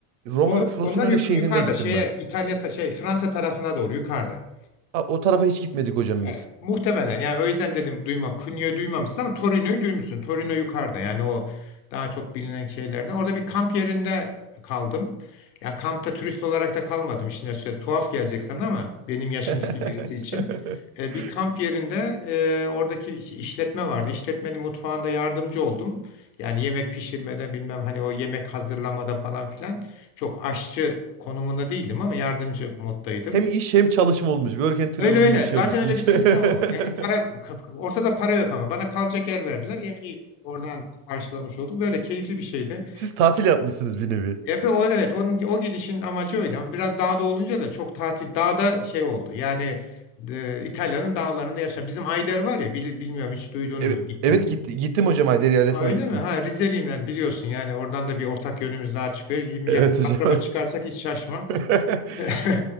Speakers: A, on the right; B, on the left.
A: Roma'nın
B: O, onlar
A: Frosinone
B: yukarı,
A: şehrinde
B: yukarıda
A: gittim
B: şeye
A: ben.
B: İtalya ta- şey Fransa tarafına doğru yukarıda.
A: Ha, o tarafa hiç gitmedik hocam
B: Yani
A: biz.
B: muhtemelen yani o yüzden dedim duyma. Cunio'yu duymamışsın ama Torino'yu duymuşsun. Torino yukarıda yani o daha çok bilinen şeylerden. Orada bir kamp yerinde kaldım. Ya kampta turist olarak da kalmadım. İşin açıkçası tuhaf gelecek sana ama benim yaşımdaki
A: <laughs>
B: birisi için. E, bir kamp yerinde e, oradaki iş- işletme vardı. İşletmenin mutfağında yardımcı oldum. Yani yemek pişirmede bilmem hani o yemek hazırlamada falan filan çok aşçı konumunda değildim ama yardımcı moddaydım.
A: Hem iş hem çalışma olmuş. Work and travel
B: Öyle öyle.
A: gibi bir şey
B: Zaten
A: olmuş sizinki.
B: öyle bir sistem o. Yani
A: <laughs>
B: para ortada para yok ama bana kalacak yer verdiler. Yemeği oradan karşılamış olduk. Böyle keyifli bir şeydi.
A: Siz tatil yapmışsınız bir nevi.
B: Ebe o evet onun o gidişin amacı oydu ama biraz dağda olunca da çok tatil dağda şey oldu. Yani e, İtalya'nın dağlarında yaşa. Bizim Ayder var ya bil- bilmiyorum hiç duydun
A: Evet,
B: mu gittin
A: evet
B: mi?
A: gitti, gittim hocam Haydari Yaylası'na
B: Ha, öyle
A: gittim.
B: mi? Ha Rizeliyim ben biliyorsun yani oradan da bir ortak yönümüz daha çıkıyor. Yakın
A: Evet hocam.
B: akraba çıkarsak hiç şaşma.
A: <laughs>
B: <laughs>